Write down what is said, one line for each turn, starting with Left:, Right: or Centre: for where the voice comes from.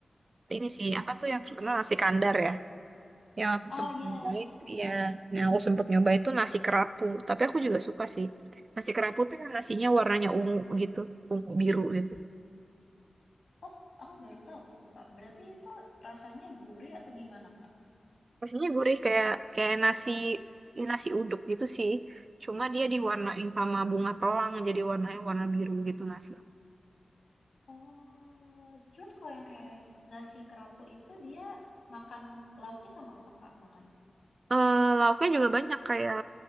Right: ini sih apa tuh yang terkenal nasi kandar ya. Yang aku
Left: Oh
Right: sempat
Left: iya,
Right: nyobain
Left: nasi kandar.
Right: ya, yang aku sempat nyobain itu nasi kerapu. Tapi aku juga suka sih. Nasi kerapu tuh yang nasinya warnanya ungu gitu, ungu biru gitu.
Left: Oh, aku baru tahu tuh, Kak. Berarti itu rasanya gurih atau gimana, Kak?
Right: Nasinya gurih kayak kayak nasi nasi uduk gitu sih. Cuma dia diwarnain sama bunga telang jadi warnanya warna biru gitu nasi.
Left: Oh, terus kalau yang kayak nasi kerapu itu dia makan lauknya sama apa Kak makannya?
Right: Eh, lauknya juga banyak kayak